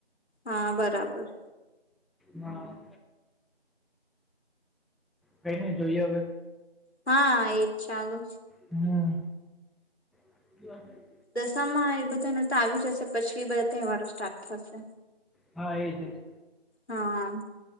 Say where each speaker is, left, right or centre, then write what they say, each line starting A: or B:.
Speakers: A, on the left; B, in the centre.
A: હા બરાબર
B: હા. કઈ નહી જોઈએ હવે.
A: હા એ જ ચાલુ.
B: હમ <inaudible>
A: દશામાં એ બધાનું તો આવી જશે પછી બધા તહેવારો સ્ટાર્ટ થશે.
B: હા એ જ એ જ.
A: હા